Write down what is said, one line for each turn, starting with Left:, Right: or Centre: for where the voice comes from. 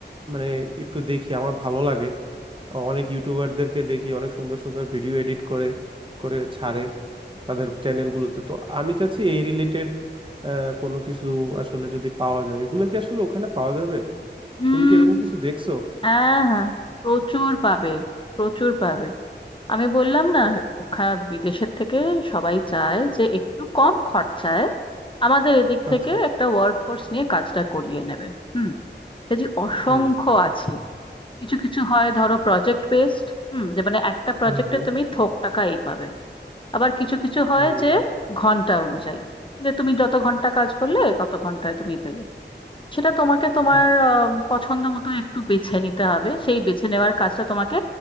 Right: মানে একটু দেখি আমার ভালো লাগে অনেক ইউটিউবারদেরকে দেখি অনেক সুন্দর সুন্দর ভিডিও এডিট করে করে ছাড়ে তাদের চ্যানেলগুলোতে তো আমি চাচ্ছি এই রিলেটেড কোনো কিছু আসলে যদি পাওয়া যায় এগুলো কি আসলে ওখানে পাওয়া যাবে
Left: হুম
Right: তুমি কি এরকম কিছু দেখছো
Left: হ্যাঁ হ্যাঁ প্রচুর পাবে প্রচুর পাবে আমি বললাম না ওখা বিদেশের থেকে সবাই চায় যে একটু কম খরচায় আমাদের এদিক থেকে
Right: আচ্ছা
Left: একটা ওয়ার্ক ফোর্স নিয়ে কাজটা করিয়ে নেবে হুম যে অসংখ্য
Right: হুম
Left: আছে কিছু কিছু হয় ধরো প্রজেক্ট বেসড হুম যে মানে একটা প্রজেক্টে
Right: হুম হুম
Left: তুমি থোক টাকা এই পাবে আবার কিছু কিছু হয়
Right: হুম
Left: যে ঘন্টা অনুযায়ী যে তুমি যত ঘন্টা কাজ করলে তত ঘন্টায় তুমি পেলে সেটা তোমাকে তোমার
Right: আচ্ছা।
Left: আম, পছন্দ মতো একটু বেছে নিতে হবে সেই বেছে নেওয়ার কাজটা তোমাকে